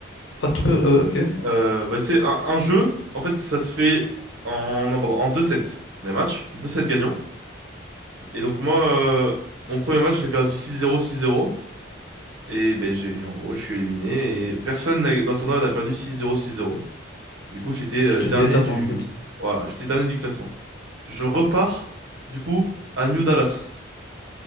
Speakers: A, on the left (about 65°); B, on the right (about 80°).
A: Ah, tout pa- euh, ok.
B: Euh, bah, tu sais, un, un jeu, en fait, ça se fait en, non, pardon, en deux sets les matchs. deux sets gagnants. Et donc, moi, euh, mon premier match, je l'ai perdu six zéro six zéro Et ben, j'ai, en gros, je suis éliminé. Et personne n'a- dans le tournoi n'a perdu six zéro six zéro Du coup, j'étais euh,
A: Je t'ai
B: dernier
A: fait éteindre
B: du,
A: en fait.
B: voilà, j'étais dernier du classement. Je repars, du coup, à New Dallas.